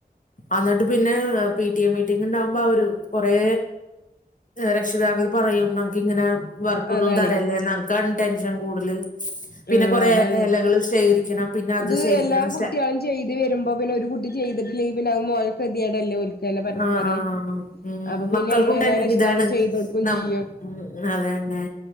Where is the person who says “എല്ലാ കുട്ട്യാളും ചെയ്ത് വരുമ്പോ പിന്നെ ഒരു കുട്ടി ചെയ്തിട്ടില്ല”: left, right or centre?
Left